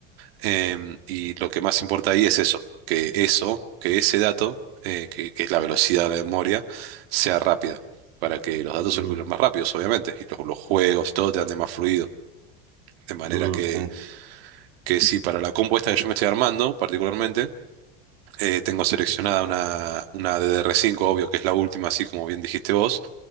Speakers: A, on the right; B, on the right.
A: Em, y lo que más importa ahí es eso, que eso, que ese dato, eh, que, que es la velocidad de la memoria, sea rápida, para que los datos
B: mm,
A: circulen más rápidos, obviamente, y los, los juegos, todo te ande más fluido. De manera
B: mm,
A: que,
B: en-
A: que sí, para la compuesta que yo me estoy armando, particularmente, eh, tengo seleccionada una, una ddr cinco, obvio, que es la última, así como bien dijiste vos,